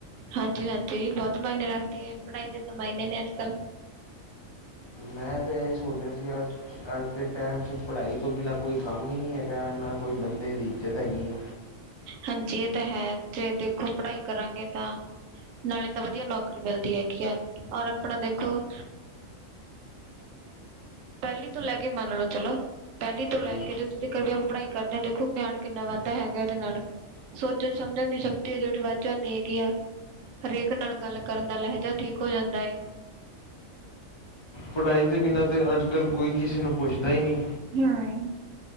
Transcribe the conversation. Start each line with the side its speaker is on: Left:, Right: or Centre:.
Right: ਹਾਂਜੀ- ਹਾਂਜੀ ਬਹੁਤ ਮਾਈਨ ਰੱਖਦੇ ਆ ਪੜਾਈ ਦੇ ਤੇ ਮਾਈਨੇ ਨੇ ਅੱਜ ਕੱਲ।
Left: ਮੈਂ ਤਾਂ ਇਹ ਸੋਚ ਰਿਹਾ ਸੀ ਅੱਜ ਅੱਜ ਦੇ ਟਾਈਮ 'ਚ ਪੜ੍ਹਾਈ ਤੋਂ ਬਿਨਾਂ ਕੋਈ ਕੰਮ ਹੀ ਨਹੀਂ ਹੈਗਾ, ਨਾ ਕੋਈ ਬੰਦੇ ਦੀ ਇੱਜ਼ਤ ਹੈਗੀ ਹੈ।
Right: ਹਾਂਜੀ ਇਹ ਤਾਂ ਹੈ ਜੇ ਦੇਖੋ ਪੜਹਾਈ ਕਰਾਂਗੇ ਤਾਂ ਨਾਲੇ ਤਾਂ ਵਧੀਆ ਨੌਕਰੀ ਮਿਲਦੀ ਹੈਗੀ ਆ, ਔਰ ਆਪਣਾ ਦੇਖੋ ਅ ਪਹਿਲੀ ਤੋਂ ਲੈ ਕੇ ਮੰਨ ਲਓ, ਚਲੋ ਪਹਿਲੀ ਤੋਂ ਲੈ
Left: ਜੀ
Right: ਕੇ ਜੋ ਤੁਸੀਂ ਕਰ ਵੀ ਪੜਾਈ ਕਰਦੇ ਆ, ਦੇਖੋ ਬਿਆਨ ਕਿੰਨਾ ਵੱਧਦਾ ਹੈਗਾ ਇਹਦੇ ਨਾਲ ਸੋਚਣ ਸਮਝਣ ਦੀ ਸ਼ਕਤੀ ਆ ਜਿਹੜੀ ਵੱਧ ਜਾਂਦੀ ਹੈਗੀ ਆ। ਹਰੇਕ ਨਾਲ ਗੱਲ ਕਰਨ ਦਾ ਲਹਿਜਾ ਠੀਕ ਹੋ ਜਾਂਦਾ ਏ।
Left: ਪੜਾਈ ਤੇ ਵਿਨਾ ਤੇ ਅੱਜ ਕੱਲ ਕੋਈ ਕਿਸੇ ਨੂੰ ਪੁੱਛਦਾ ਹੀ ਨਹੀਂ।
Right: ਹਾਂ।